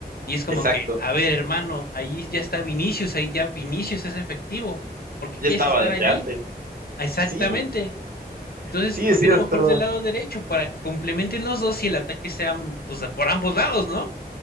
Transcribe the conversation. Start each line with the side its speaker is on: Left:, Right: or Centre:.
Left: Y es como
Right: exacto.
Left: que, a ver, hermano, ahí ya está Vinicius, ahí ya Vinicius es efectivo. ¿Por qué
Right: Ya
Left: quieres
Right: estaba
Left: estar
Right: desde
Left: allí?
Right: antes.
Left: Exactamente.
Right: Sí,
Left: Entonces,
Right: sí,
Left: ¿por
Right: sí,
Left: qué no
Right: estaba.
Left: mejor del lado derecho? Para que complementen los dos y el ataque sea mm, pues, por ambos lados, ¿no?